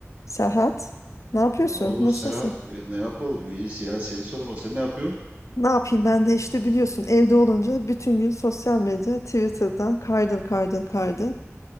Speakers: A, on the left (about 80°); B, on the right (about 30°).
A: Serhat, ne yapıyorsun?
B: Oo
A: Nasılsın?
B: Serap e, ne yapalım iyiyiz ya seni sorma sen ne yapıyorsun?
A: Ne yapayım ben de işte biliyorsun evde olunca bütün gün sosyal medya Twitter'dan kaydır kaydır kaydır.